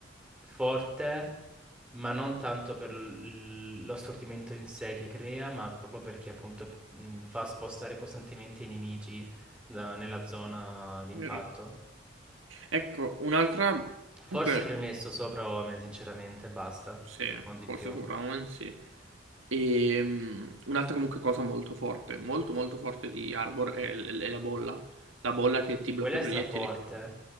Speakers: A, in the centre; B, on the right.
A: forte, ma non tanto per l- lo stordimento in sé che crea, ma proprio perché appunto p- mh, fa spostare costantemente i nemici da- nella zona d'impatto.
B: Vero. Ecco, un'altra,
A: Forse
B: comunque,
A: ne avrei messo sopra Omen, sinceramente, basta,
B: sì,
A: non di
B: forse
A: più.
B: sopravvento, sì. Ehm, un'altra comunque cosa molto forte, molto molto forte di Arbor è, l- è la bolla. La bolla che
A: Sì,
B: ti blocca
A: quella
B: i
A: è
B: proiettili.
A: straforte.